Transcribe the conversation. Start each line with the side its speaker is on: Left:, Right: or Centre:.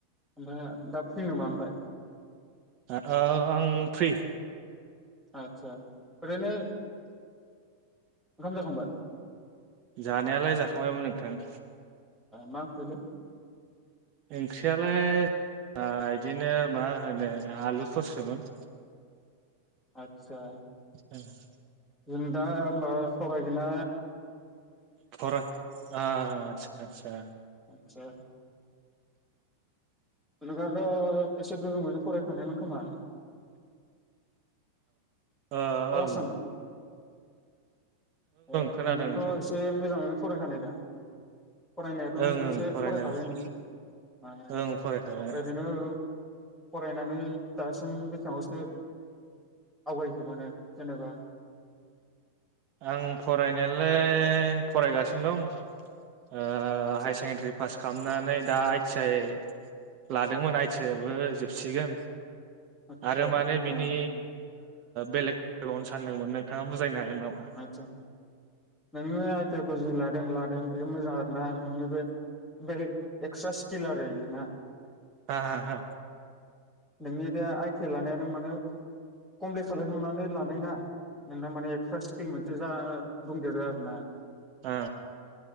Centre: नोंथाङा <unintelligible> दा फैनो नामा ओमफ्राय।
Right: आं फ्रि।
Centre: आतसा। ओरैनो ओंखाम जाखांबाय?
Right: जानायालाय जाखांबायमोन नोंथां।
Centre: मा ओंख्रै?
Right: ओंख्रियालाय ओ बिदिनो मा होनो आलुफोरसोमोन।
Centre: आतसा।
Right: औ <inaudible>
Centre: जों दा ओमबा सरायगोना
Right: फरा आसा आसा।
Centre: आसा। नोंआथ' एसे गोहोमैनो फरायखानायमोन खोमा?
Right: अ
Centre: आवाज
Right: औ।
Centre: सानदों ए
Right: खोनादों
Centre: नोंथ'
Right: नोंथां
Centre: एसे मोजाङैनो फरायखानाय दा? फरायनायाथ'
Right: ओं ओं
Centre: एसे
Right: फरायनायालाय
Centre: फरायखाबाय <unintelligible>
Right: ओं फरायखाबाय
Centre: ओरैनो फरायनानै दासिम बेसाङावसो आवगाय खो माने जेनेबा
Right: आं फरायनायालाय फरायगासिनो दं
Centre: आदसा
Right: हायार सेकेणडारि पास खालामनानै दा आइटि आइ लादोंमोन आइ सानसेबो जोबसिगोन
Centre: आदसा
Right: आरो माने बिनि
Centre: ओ
Right: बेलेग <unintelligible> सानदोंमोन नोंथाङा बुजायनो हागोन नामा?
Centre: आदसा नोंङो आइदियाखौ जि लादों लादों बेयो मोजां आर ना नोंनि बे बेलेग एक्सट्रा स्किल आरो बेयो ना।
Right: आ आ आ
Centre: नोंनि दा आइटि आइ लानाया नों माने कमप्लिट खाायखांनानै लानाय ना? नोंना माने एक्ट्रा जा दंदेरो आरो ना।
Right: हा